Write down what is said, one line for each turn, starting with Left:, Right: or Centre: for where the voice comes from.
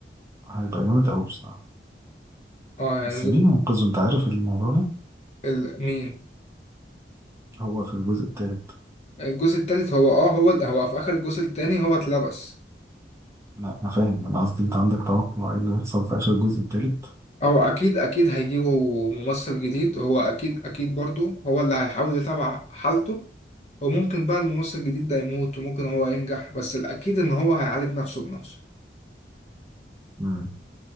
Right: هيبقى جامد أوي بصراحة
Left: اه
Right: بس
Left: هينزل
Right: مين منقذه انت عارف الموضوع ده
Left: ال- مين
Right: هو في الجزء التالت
Left: الجزء التالت هو اه هو هو في آخر الجزء التاني هو اتلبس
Right: لا انا فاهم انا قصدي انت عندك توقع ايه اللي هيحصل في اخر الجزء التالت
Left: هو اكيد اكيد هيجيبوا ممثل جديد هو اكيد اكيد برضو هو اللي هيحاول يتابع حالته وممكن بقى الممثل الجديد ده يموت وممكن هو ينجح بس الاكيد ان هو هيعالج نفسه بنفسه
Right: امم